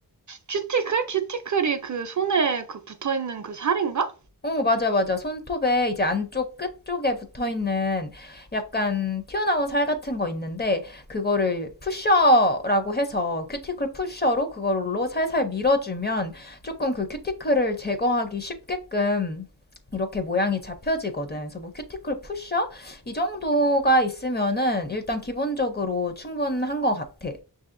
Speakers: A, on the right; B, on the left.
A: 큐티클? 큐티클이 그 손에 그 붙어 있는 그 살인가?
B: 어, 맞아, 맞아. 손톱에 이제 안쪽 끝 쪽에 붙어 있는 약간 튀어나온 살 같은 거 있는데, 그거를 푸셔라고 해서 큐티클 푸셔로 그걸로 살살 밀어주면 조금 그 큐티클을 제거하기 쉽게끔 이렇게 모양이 잡혀지거든. 그래서 뭐 큐티클 푸셔? 이 정도가 있으면은 일단 기본적으로 충분한 것 같아.